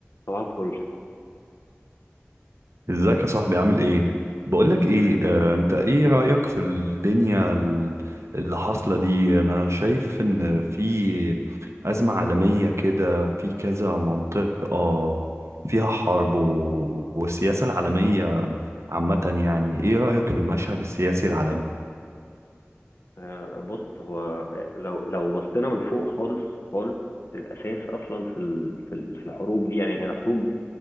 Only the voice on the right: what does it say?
ازيك يا صاحبي عامل ايه بقولك
ايه
آه، انت ايه رأيك في الدنيا ال- اللي حاصلة دي انا شايف ان في أزمة عالمية كده في كذا منطقة فيها حرب و... والسياسة العالمية عامة يعني ايه رأيك في المشهد السياسي العالمي